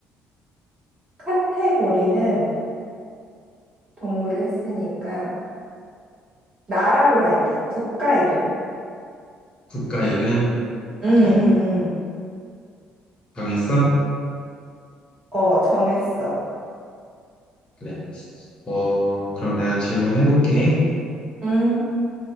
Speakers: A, on the right; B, on the left.
A: 카테고리는 동물을 했으니까 나라로 할게. 국가 이름.
B: 국가 이름?
A: 응, 응,
B: 오케이.
A: 응.
B: 정했어?
A: 어, 정했어.
B: 그래. 어, 그럼 내가 질문해볼게.
A: 응,